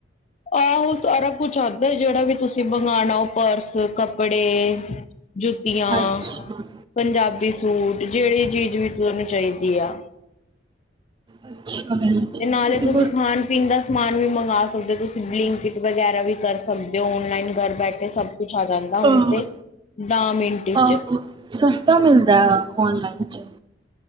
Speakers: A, on the left; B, on the right.
A: ਆਹੋ ਸਾਰਾ ਕੁਛ ਆਂਦੈ ਜੇੜਾ ਵੀ ਤੁਸੀ ਮੰਗਾਣਾ ਓ ਪਰਸ, ਕੱਪੜੇ। ਜੁੱਤੀਆਂ,
B: ਅੱਛਾ
A: ਪੰਜਾਬੀ ਸੂਟ ਜੇੜੀ ਚੀਜ ਵੀ ਤਾਨੂੰ ਚਾਈਦੀ ਆ।
B: ਅੱਛਾ ਭੈਣ ਜੀ
A: ਤੇ ਨਾਲੇ
B: ਤੁਸੀਂ
A: ਤੁਸੀ
B: ਗੁਰ
A: ਖਾਨ ਪੀਨ ਦਾ ਸਮਾਨ ਵੀ ਮੰਗਵਾ ਸਕਦੇ ਓ, ਤੁਸੀ ਬਲਿੰਕਟ ਵਗੈਰਾ ਵੀ ਕਰ ਸਕਦੇ ਓ। ਔਨਲਾਈਨ ਘਰ ਬੈਠੇ ਸਭ ਕੁਛ ਆ ਜਾਂਦਾ ਹੁਨ
B: ਅ
A: ਤੇ ਦਾ ਮਿੰਟ
B: ਅ
A: ਚ
B: ਸਸਤਾ ਮਿਲਦਾ ਐ ਔਨਲਾਈਨ ਚ।